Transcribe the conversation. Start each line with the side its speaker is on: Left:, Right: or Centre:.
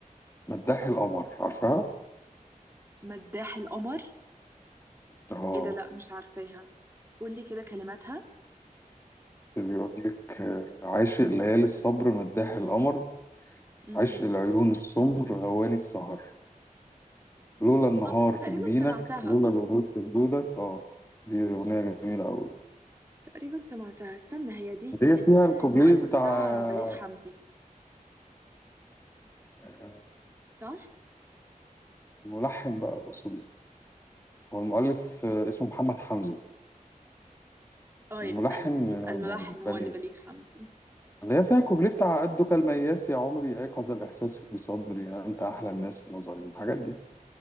Left: مداح القمر عارفها؟
Right: مداح القمر
Left: اه
Right: ايه ده لا مش عارفاها قولي كده كلماتها
Left: بيقول لك آه، عاشق ليالي الصبر مداح القمر
Right: امم
Left: عشق العيون السمر غواني السهر لولا النهار
Right: اه
Left: في
Right: تقريبا
Left: جبينك
Right: سمعتها
Left: لولا الورود في خدودك اه دي أغنية جميلة أوي
Right: تقريبا سمعتها استنى هي دي
Left: هي
Right: ال-
Left: فيها الكوبليه
Right: المؤلف
Left: بتاع
Right: بتاعها بليغ حمدي
Left: آه،
Right: صح
Left: الملحن بقى تقصد هو المؤلف آه، اسمه محمد حمزة
Right: اه
Left: الملحن
Right: يبقى ال... يبقى
Left: آه،
Right: الملحن هو
Left: بليغ
Right: اللي بليغ حمدي
Left: اللي هي فيها كوبليه بتاع قدك المياس يا عمري أيقظ الإحساس في صدري يعني أنت أحلى الناس في نظري الحاجات دي